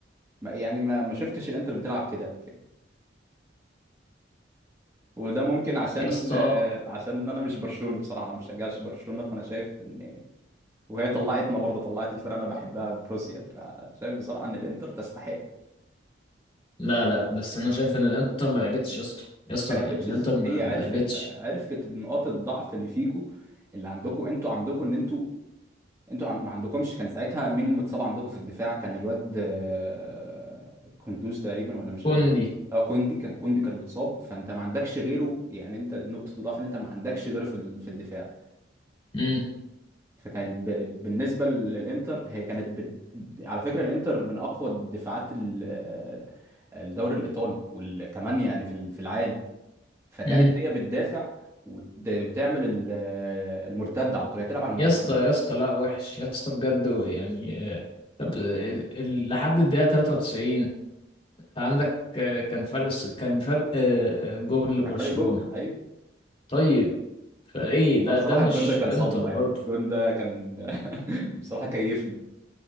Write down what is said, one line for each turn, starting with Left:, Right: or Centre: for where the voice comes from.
Right: ما يعني ما ما شفتش الانتر بتلعب كده قبل كده وده ممكن عشان
Left: يا اسطى
Right: آه، عشان انا مش برشلوني بصراحه انا ما بشجعش برشلونه فانا شايف ان وهي طلعتنا برضه طلعت الفرقه انا بحبها بروسيا فشايف بصراحه ان الانتر تستحق
Left: لا لا بس أنا شايف إن الإنتر ما لعبتش يا اسطى يا اسطى
Right: ما لعبتش
Left: الإنتر
Right: ازاي
Left: ما,
Right: هي
Left: ما
Right: عرفت
Left: لعبتش
Right: عرفت نقاط الضعف اللي فيكو اللي عندكم انتوا عندكم ان انتوا انتوا عن- ما عندكمش كان ساعتها مين المتصاب عندكم في الدفاع كان الواد آه، كندوز تقريبا ولا مش
Left: كوندي
Right: عارف اه كوندي كان كوندي كان متصاب فانت ما عندكش غيره يعني انت نقطه الضعف ان انت ما عندكش غيره في ال- في الدفاع
Left: امم
Right: فكانت ب... بالنسبه للانتر هي كانت ب... على فكره الانتر من اقوى الدفاعات ال- آه، الدوري الايطالي وكمان يعني في ال- في العالم فكانت
Left: امم
Right: هي بتدافع وت- وتعمل ال- آه، المرتده على طول هي بتلعب على المرتده
Left: يا اسطى يا اسطى لا وحش يا اسطى بجد يعني آه، طب ال- ال- لحد الدقيقة 93 عندك آه، كان فرق كان فرق آه، جول لبرشلونة
Right: كان فرق جون ايوه
Left: طيب فايه ده
Right: اه الصراحه
Left: ده مش
Right: الجون ده كان
Left: انتر
Right: صدمه
Left: برضه
Right: يعني الجون ده كان <laughs> بصراحه كيفني